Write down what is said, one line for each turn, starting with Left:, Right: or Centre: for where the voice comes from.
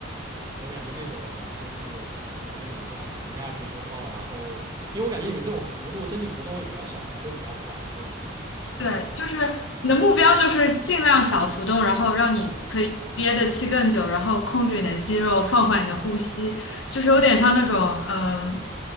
Right: 哇我感觉那种就是怎么讲，就你们这样潜下去之后，然后因为我感觉你们这种幅度身体浮动会比较小嘛，会比较缓的那种，对吧？应该是
Left: 对，就是你的目标就是尽量小浮动，然后让你可以憋的气更久，
Right: 对
Left: 然后控制你的肌肉，放缓你的呼吸，
Right: 对
Left: 就是有点像那种嗯